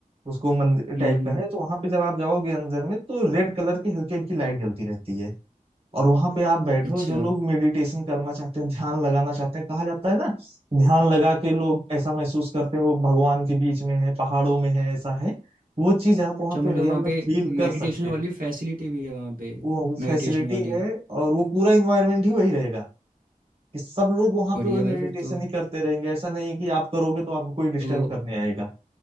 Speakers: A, on the right; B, on the right.
A: उसको मंदिर टाइप
B: हम्म हम्म,
A: का है तो वहाँ पे जब आप जाओगे अंदर में तो रेड कलर की हल्की हल्की लाइट जलती रहती है और वहां पे आप बैठो
B: अच्छा
A: जो लोग मेडिटेशन करना चाहते हैं ध्यान लगाना चाहते हैं कहा जाता है ना ध्यान लगा के लोग ऐसा महसूस करते हैं वो भगवान के बीच में है पहाड़ों में है ऐसा है वो चीज आप वहां
B: अच्छा मतलब
A: पे रियल
B: वहाँ
A: में
B: पे
A: फील
B: मेडिटेशन
A: कर सकते
B: वाली
A: हो
B: फैसिलिटी भी है वहाँ पे
A: वो
B: मेडिटेशन
A: फैसिलिटी
B: वाली
A: है और वो पूरा इन्वायरमेंट ही वही रहेगा कि सब लोग वहां
B: बढ़िया
A: पे वही
B: भाई
A: मेडिटेशन
B: फिर तो
A: ही करते रहेंगे ऐसा नहीं है कि आप करोगे तो आपको कोई डिस्टर्ब
B: तो
A: करने आएगा